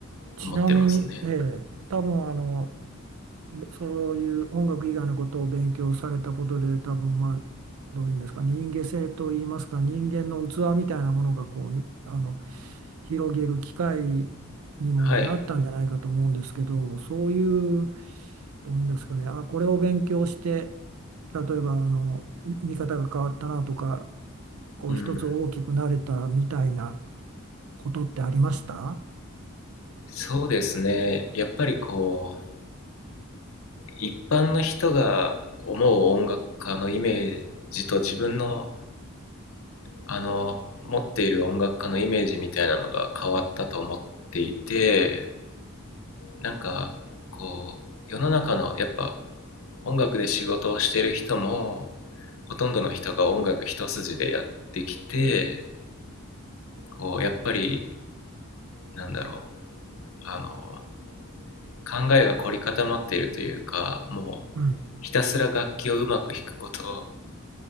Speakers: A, on the right; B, on the left.
A: ちなみに、
B: 思ってますね。
A: ええ、多分あの、そういう音楽以外のことを勉強されたことで、多分まあ、どういうんですか、人間性といいますか、人間の器みたいなものがこう、あの、広げる機会にもなったんじゃないかと思うんですけど、
B: はい。
A: そういう、どういうんですかね、あ、これを勉強して、例えばあの、見方が変わったなとか、こう、
B: うん。
A: 一つ大きくなれたみたいなことってありました
B: そうですね。やっぱりこう、一般の人が思う音楽家のイメージと自分の、あの、持っている音楽家のイメージみたいなのが変わったと思っていて、なんか、こう、世の中の、やっぱ、音楽で仕事をしている人も、ほとんどの人が音楽一筋でやってきて、こう、やっぱり、なんだろう、あの、考えが凝り固まっているというかもう
A: うん、
B: ひたすら楽器をうまく弾くこと